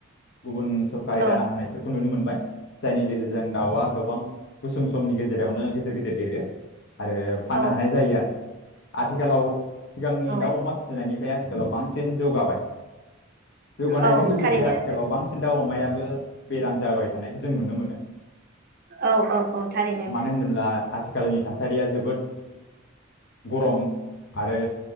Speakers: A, on the left; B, on the right.
A: गुबुन सरखारि
B: औ
A: दाना होनायफोरखौ नुनो मोनबाय जायनि गेजेरजों दाउआ गोबां गुसुं समनि गेजेरावनो गे देरो आरो फाननो
B: औ
A: हानाय जायो आरो आथिखालाव सिगांनि
B: औ
A: दाउ अमा फिसिनायनिफ्राय आथिखालाव बांसिन जौगाबाय। जौगानायजों
B: औ
A: लोगोसे
B: थारैनो
A: आथिखालाव बांसिन दाउ अमायाबो बेराम जाबाय थानायखौ जों नुनो मोनो।
B: औ औ औ थारैनो
A: मानो होनोब्ला आथिखालनि थासारिया जोबोद गरम आरो